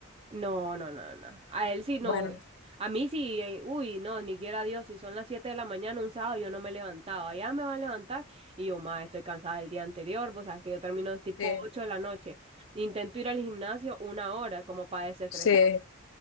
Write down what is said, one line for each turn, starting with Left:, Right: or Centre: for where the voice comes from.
Right: No, no, no, no. A él sí no.
Left: Bueno,
Right: A mí sí, eh, uy, no, ni quiera Dios, si son las 7 de la mañana un sábado yo no me he levantado, allá me va a levantar y yo, más estoy cansada del día anterior, pues sabes que yo termino tipo
Left: sí,
Right: 8 de la noche, intento ir al gimnasio una hora como para desestresar
Left: sí,